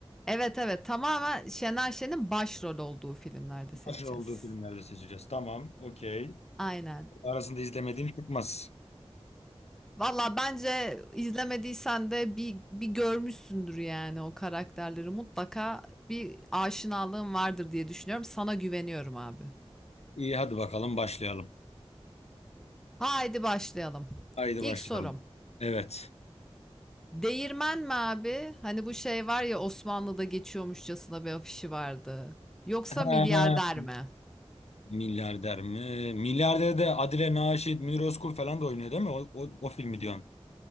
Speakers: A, in the centre; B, on the left.
A: Evet, evet. Tamamen Şener Şen'in başrol olduğu filmlerde
B: Başrol
A: seçeceğiz.
B: olduğu filmlerde seçeceğiz. Tamam, okey.
A: Aynen.
B: Arasında izlemediğin çıkmaz.
A: Valla bence izlemediysen de bir, bir görmüşsündür yani o karakterleri. Mutlaka bir aşinalığın vardır diye düşünüyorum. Sana güveniyorum abi.
B: İyi hadi bakalım başlayalım.
A: Haydi başlayalım.
B: Haydi
A: İlk
B: başlayalım.
A: sorum.
B: Evet.
A: Değirmen mi abi? Hani bu şey var ya Osmanlı'da geçiyormuşçasına bir afişi vardı. Yoksa
B: Ha,
A: milyarder mi?
B: Milyarder mi? Milyarder de Adile Naşit, Münir Özkul falan da oynuyor değil mi? O, o, o filmi diyorsun.